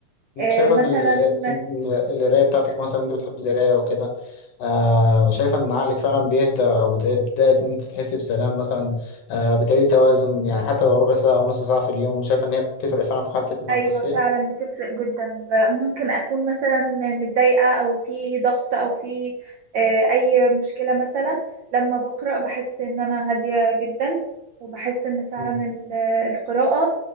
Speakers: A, on the left; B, on the right.
A: انت
B: آه
A: شايفة
B: مثلا
A: ان ال- ان- ان القراية بتاعتك مثلا انت بتحب القراية وكده آه وشايفة ان عقلك فعلا بيهدى او بت- بتبدأ ان انت تحس بسلام مثلا آه بتعيدي توازن يعني حتى لو ربع ساعة او نص ساعة في اليوم شايفة ان هي بتفرق فعلا في حالتك النفسية؟
B: ايوه فعلا بتفرق جدا ب- ممكن اكون مثلا متضايقه او في ضغط او في آه، اي مشكله مثلا لما بقرا بحس ان انا هاديه جدا وبحس ان فعلا
A: مم.
B: ال- القراءه